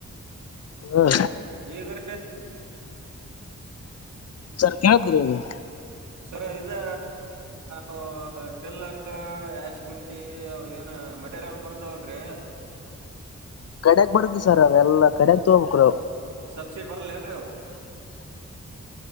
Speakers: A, on the left; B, on the right.
A: ಹ್ಮ
B: ಈಗರಿ
A: ಸರ್ ಕೇಳ್ <unintelligible>
B: ಸರ ಇದೆ ಅವು ಟಿಲ್ಲರ್ ಯಾಶ್ಕುಂಟಿ ಏನ ಮೆಟೀರಿಯಲ್ ಬರ್ತಾವಲ್ರಿ.
A: ಕಡಕ್ ಬರುತ್ತ ಸರ್ ಅವೆಲ್ಲಾ ಕಡೆಗ್ ತೊಗ್ಬೇಕ್ರಿ ಅ
B: ಸಬ್ಸಿಡಿ ಬರ್ತೀನ್ರಿ ಅವು.